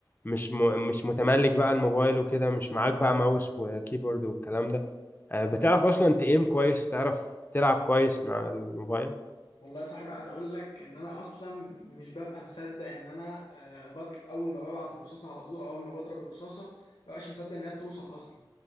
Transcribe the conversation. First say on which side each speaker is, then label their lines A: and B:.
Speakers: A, on the left (about 25°); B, on the left (about 80°).
A: مش م... مش متملك بقى الموبايل وكده مش معاك بقى ماوس وكيبورد والكلام ده آه، بتعرف اصلا تقيم كويس تعرف تلعب كويس من على الموبايل
B: والله يا صاحبي عايز اقول لك ان انا اصلا مش ببقى مصدق ان انا آه، بطل اول ما ببعت الرصاصه على طول أو اول ما بضرب الرصاصه مبقاش مصدق ان هي بتوصل اصلا